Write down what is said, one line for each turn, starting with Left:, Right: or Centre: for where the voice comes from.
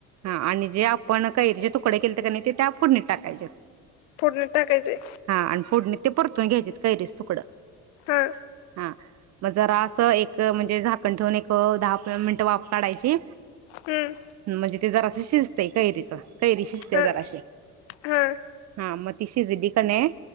Right: हां आणि जे आपण कैरी चे तुकडे केलते कणी ते त्या फोडणीत टाकायचे
Left: फोडणीत टाकायचंय
Right: हा आणि फोडणी ते परतून घ्यायचेत कैरीची तुकडं
Left: हां
Right: हा मग जरा अस एक म्हणजे झाकण ठेवून एक दहा मिनट वाफ काढायची
Left: हम्म
Right: म्हणजे ती जराशी शिकतय कैरीच कैरी शिजतेय
Left: हा
Right: जराशी
Left: हा
Right: हा मग ती शिजली की नाय